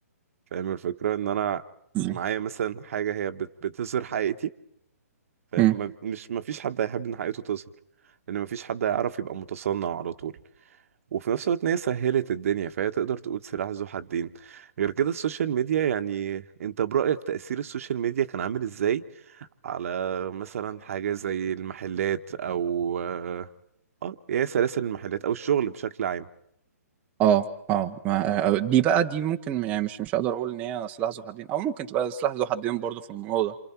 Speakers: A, on the right; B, on the right.
A: فاهم الفكرة ان انا
B: مم.
A: معايا مثلا حاجة هي بت- بتظهر حقيقتي فاهم
B: مم.
A: م- مش مفيش حد هيحب ان حقيقته تظهر لان مفيش حد هيعرف يبقى متصنع على طول وفي نفس الوقت ان هي سهلت الدنيا فهي تقدر تقول سلاح ذو حدين غير كده السوشيال ميديا يعني انت برأيك تأثير السوشيال ميديا كان عامل ازاي على مثلا حاجة زي المحلات او اه آه، هي سلاسل المحلات او الشغل بشكل عام
B: اه اه ما- آه، آه، دي بقى دي ممكن يعني مش مش هقدر اقول ان هي سلاح ذو حدين او ممكن تبقى سلاح ذو حدين برضه في الموضوع